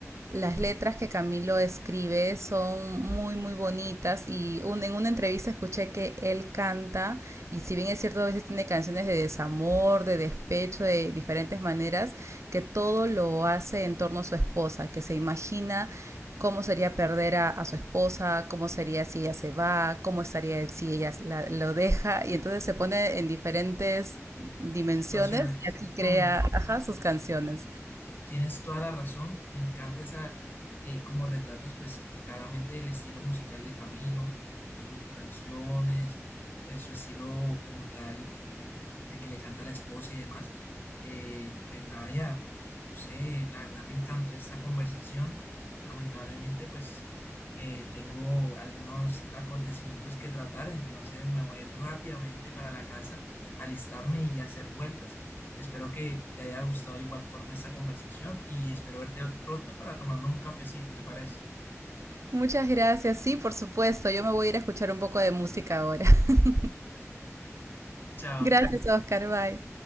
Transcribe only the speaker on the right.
las letras que Camilo escribe son muy, muy bonitas y un- en una entrevista escuché que él canta y si bien es cierto, a veces tiene canciones de desamor, de despecho, de diferentes maneras, que todo lo hace en torno a su esposa, que se imagina cómo sería perder a, a su esposa, cómo sería si ella se va, cómo estaría él si ella la- lo deja y entonces se pone en diferentes dimensiones
y así crea,
ajá, sus canciones.
Muchas gracias. Sí, por supuesto. Yo me voy a ir a escuchar un poco de música ahora. <laughs>
Gracias, Oscar. Bye.